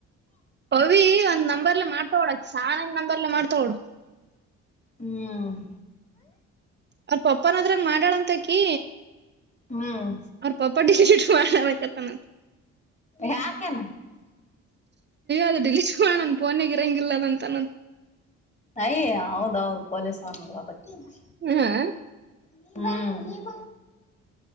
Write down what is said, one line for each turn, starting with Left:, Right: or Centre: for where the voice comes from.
Right: ಪವಿ ಒಂದ್ ನಂಬರ್ಲೆ ಮಾಡ್ತಾವ್ಳೆ ಸಹಾನನ್ ನಂಬರ್ಲ್ಲ ಮಾಡ್ ತ್ತೋಡ್
Left: ಹ್ಮ್
Right: ಅವ್ರ ಪಪ್ಪಾನದ್ರಾಗ ಮಾಡಾಳಂತಕಿ.
Left: ಹ್ಮ್
Right: ಅವ್ರ ಪಪ್ಪ ಡಿಲೀಟ್ ಮಾಡಣಕತ್ತನಂತ
Left: ಯಾಕನ
Right: ಅದು ಡಿಲೀಟ್ ಮಾಡ ನನ್ ಫೋನಗ್ ಇರಂಗಿಲ್ಲದಂತ. ತನ
Left: ತಾಯಿ ಹೌದೌದು ಪೊಲಿಸ್ <unintelligible>
Right: ಹ್ಮ್
Left: ಹ್ಮ್